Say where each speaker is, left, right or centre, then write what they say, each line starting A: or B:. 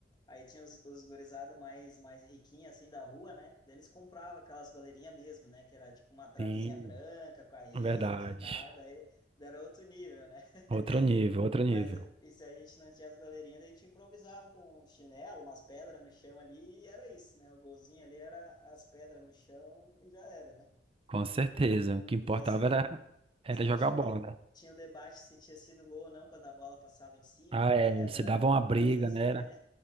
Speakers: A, on the left; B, on the right.
A: Aí tinha os, os gurizada mais, mais riquinha, assim, da rua, né? Daí Eles compravam aquelas goleirinhas mesmo, né? Que era tipo uma travezinha
B: Sim,
A: branca com a rede
B: verdade.
A: e tal. Daí, daí era outro nível, né? <laughs>
B: Outro nível, outro
A: Mas
B: nível.
A: eh, e se a gente não tinha as goleirinhas, daí a gente improvisava com um chinelo, umas pedras no chão ali, e era isso, né? O golzinho ali era as pedras no chão e já era, né?
B: Com certeza. O que importava
A: Aí sempre,
B: era, era
A: sempre
B: jogar
A: tinha
B: bola,
A: o, de,
B: né?
A: tinha o debate se tinha sido gol ou não quando a bola passava em cima
B: Ah,
A: da pedra
B: é. E Se dava
A: ou alguma
B: uma briga,
A: coisa assim,
B: né? Era.
A: né?